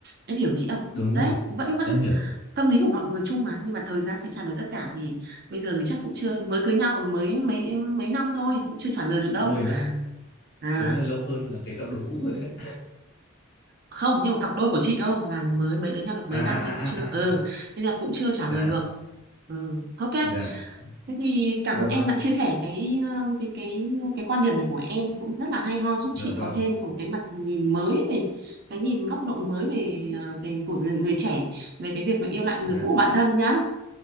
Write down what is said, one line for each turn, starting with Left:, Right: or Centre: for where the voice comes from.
Right: Em hiểu chị không?
Left: đúng
Right: Đấy
Left: rồi
Right: vẫn vẫn
Left: em hiểu
Right: tâm lý của mọi người chung mà nhưng mà thời gian sẽ trả lời tất cả thì bây giờ thì chắc cũng chưa mới cưới nhau còn mới mấy mấy năm thôi cũng chưa trả lời được đâu
Left: mười năm
Right: à
Left: có nghĩa là lâu hơn là cái cặp đôi cũ rồi đấy
Right: không nhưng mà cặp đôi của chị cơ là mới mới lấy nhau
Left: <laughs>
Right: được mấy
Left: à à
Right: năm
Left: à
Right: thì cũng chưa
Left: à à
Right: ừ
Left: à.
Right: nên là cũng chưa trả lời
Left: dạ
Right: được ừ ok
Left: dạ
Right: thế thì cảm
Left: dạ
Right: ơn
Left: vâng
Right: em đã chia sẻ cái ờ, cái cái cái quan điểm này của em cũng rất là hay ho giúp
Left: dạ
Right: chị
Left: vâng
Right: có thêm một cái mặt nhìn mới về cái nhìn góc độ mới về ờ, về của người, người trẻ về cái việc mà yêu lại
Left: dạ
Right: người cũ của bản thân nhá